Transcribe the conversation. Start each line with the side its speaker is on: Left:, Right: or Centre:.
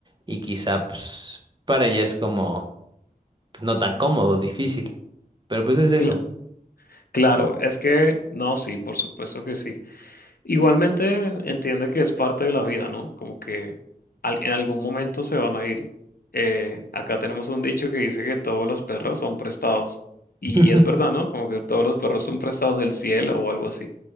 Right: y quizá pues para ella es como pues, no tan cómodo, difícil, pero pues es eso.
Left: Cl- claro, es que no, sí, por supuesto que sí. Igualmente entiende que es parte de la vida, ¿no? Como que al- en algún momento se van a ir. Eh, acá tenemos un dicho que dice que todos los perros son prestados. Y,
Right: <laughs>
Left: y es verdad, ¿no? Como que todos los perros son prestados del cielo o algo así.